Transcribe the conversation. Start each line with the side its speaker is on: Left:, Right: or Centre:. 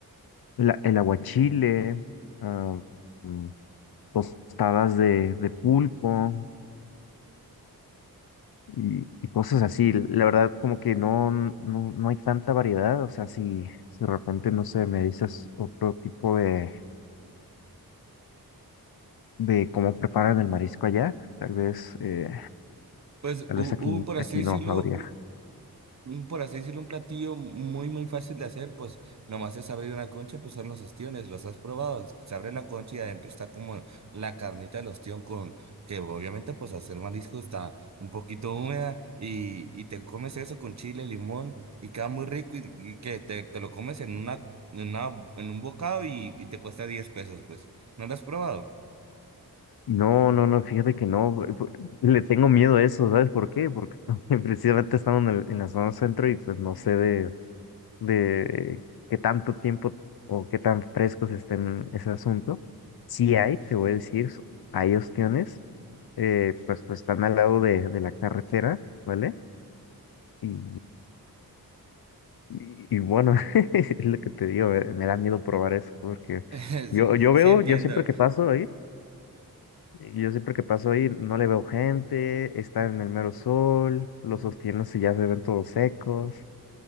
Left: la- el aguachile, ah, mm, tostadas de, de pulpo, y, y cosas así. La verdad, como que no, no, no hay tanta variedad. O sea, si, si de repente, no sé, me dices otro tipo de, de cómo preparan el marisco allá, tal vez, eh,
Right: Pues
Left: tal
Right: hu-
Left: vez aquí,
Right: un, por
Left: aquí
Right: así decirlo,
Left: no habría.
Right: un, por así decirlo, un platillo muy, muy fácil de hacer, pues nomás es abrir una concha, pues son los ostiones, los has probado, se abre la concha y adentro está como la carnita del ostión con, que obviamente pues hacer marisco está un poquito húmeda y, y te comes eso con chile, limón y queda muy rico y, y que te, te lo comes en una, en una, en un bocado y, y te cuesta 10 pesos, pues, ¿no lo has probado?
Left: No, no, no, fíjate que no, eh, pu- le tengo miedo a eso, ¿sabes por qué? Porque <laughs> precisamente estamos en, el- en la zona centro y pues no sé de, de qué tanto tiempo o qué tan frescos estén ese asunto. Sí hay, te voy a decir, so- hay opciones, eh, pues, pues están al lado de, de la carretera, ¿vale? Y, y, y bueno, <laughs> es lo que te digo, me, me da miedo probar eso, porque
Right: <laughs>
Left: yo,
Right: Sí,
Left: yo veo,
Right: sí entiendo,
Left: yo siempre que paso ahí, y yo siempre que paso ahí no le veo gente, está en el mero sol, los sostienes y ya se ven todos secos.